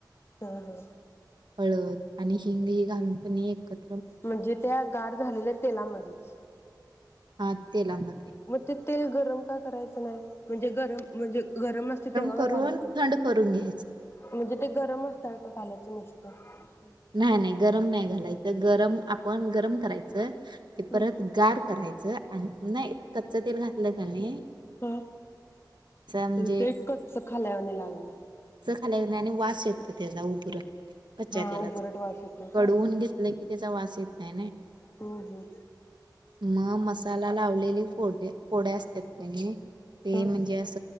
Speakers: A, on the left; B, on the right.
A: हं हं
B: हळत आणि हिंग ही घालूनपण ऐकत.
A: म्हणजे त्या गार झालेल्या तेलामध्येच
B: हा तेलामध्ये
A: हो तेच तेल गरम का करायच नाय म्हणजे गरम म्हणजे गरम असते तेव्हा
B: करून
A: का घालायच नाय
B: थंड करून घ्यायचं
A: म्हणजे ते गरम असताना का घालायच नाय <unintelligible>
B: नाही नाय गरम नाय घालायच. त गरम आपण गरम करायच. ते
A: हम्म
B: परत गार कराय च आणि नाय कच्च तेल घातल का नाई.
A: ह
B: म्हणजे
A: त ते एकच खाल्यावानी लागणार
B: हालत नाही आणि वास येतोय त्याचा उग्र कच्या
A: हा
B: तेलात
A: उगरट वास येतोय
B: कडवून
A: का?
B: घेतलय की त्याचा वास येत नाही नाही
A: हम्म हम्म
B: नाही म मसा मसाला लावलेली फोडी फोड्या असत्यात का नाई ते
A: हम्म.
B: म्हणजे अस